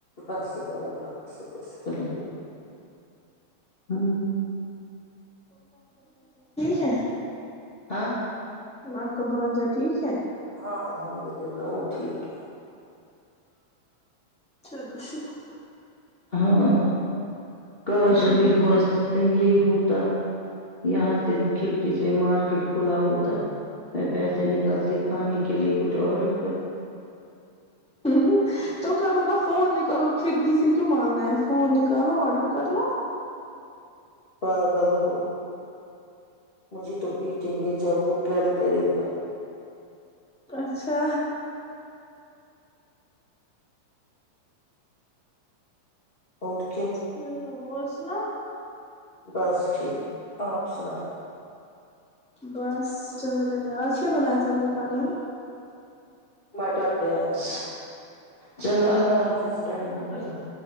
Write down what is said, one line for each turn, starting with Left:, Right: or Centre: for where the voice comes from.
Left: بس شکر اللہ شکر شکر اللہ ہ
Centre: چھ
Left: ہاں
Centre: آپ کا بانجا ٹھیک ہے
Left: ہاں الحمد للہ وہ ٹھیک ہے
Centre: چلو شکہ
Left: ہاں کش
Centre: سنا
Left: بگ
Centre: ہ
Left: بس یہ ہوتا یہاں سے کھڑکی سے مارکیٹ کھلا ہوتا میں پیسے نکلتی کھانے کی کے لیے کچھ آڈر کر د
Centre: ہ تو کرو نا فون نکالو کھڑکی سے کیوں مانگنا ہے فون نک چلو آڈر کر لو
Left: پاگل ہو مجھے تو پیٹیں گے جب وہ گل کرے گا
Centre: اچھا
Left: اور کیا
Centre: ہو اور سنا
Left: بس ٹھیک آپ سناؤ
Centre: بس چ رہے آج کیا بنایا تھاب نے کھانے میں
Left: مٹر پیاز چلو اللہ حافظ ٹائم ہو گیا
Centre: اللہ